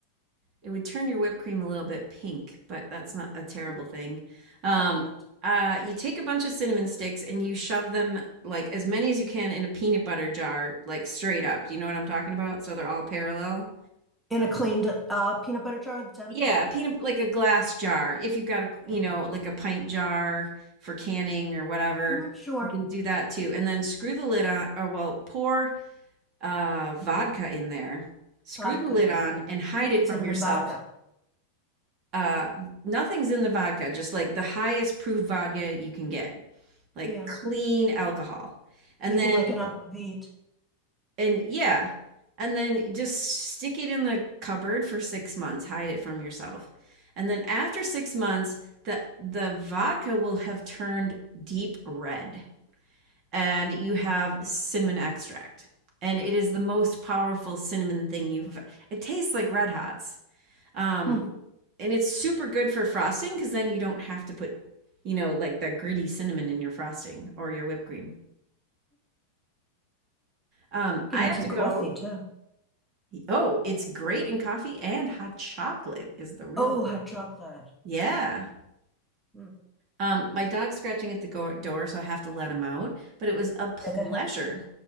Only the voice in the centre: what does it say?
Hmm.
Peppermint?
In a cleaned uh, peanut butter jar that's empty?
Yeah.
hmm sure.
Vodka.
Okay.
Making
cinnamon
vodka.
Yeah.
Making
like an aquavit.
Hmm.
Be
nice
and
coffee too.
Oh, hot chocolate.
Hmm.
Yeah, go ahead.